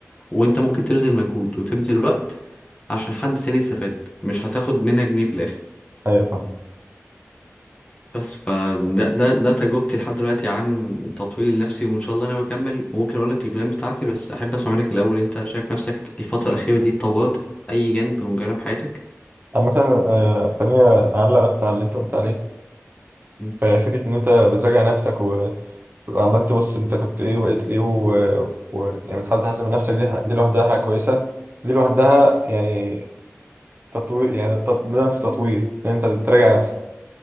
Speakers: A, on the left; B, on the right.
A: وانت ممكن تبذل مجهود وتبذل وقت عشان حد تاني يستفاد مش هتاخد منها جنيه في الاخر
B: ايوه فاهم
A: بس فده ده ده تجربتي لحد دلوقتي عن تطوير نفسي وان شاء الله انا بكمل وممكن اقول لك البلان بتاعتي بس احب اسمع منك الاول انت شايف نفسك الفتره الاخيره دي اتطورت في اي جانب من جوانب حياتك
B: اما مثلا آه، خليني اعلق بس على اللي انت قلت عليه
A: مم.
B: آه، فكرة إن أنت بتراجع نفسك و- وعمال تبص أنت كنت إيه وبقيت إيه و... و... يعني بتحاول تحسن من نفسك دي دي لوحدها حاجة كويسة دي لوحدها يعني تطوير يعني التط... ده نفسه تطوير ان انت بتراجع نفسك